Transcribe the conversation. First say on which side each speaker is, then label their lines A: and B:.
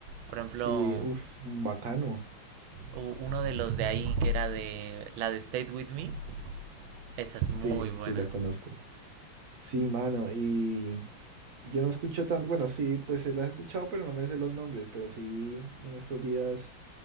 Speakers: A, on the right; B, on the right.
A: Por ejemplo,
B: Sí, uff, bacano.
A: u- uno de los de ahí que era de la de State With Me, esa es muy
B: Sí,
A: buena.
B: sí, la conozco. Sí, mano, y yo no escucho tanto, bueno, sí, pues eh, la he escuchado, pero no me sé los nombres, pero sí, en estos días...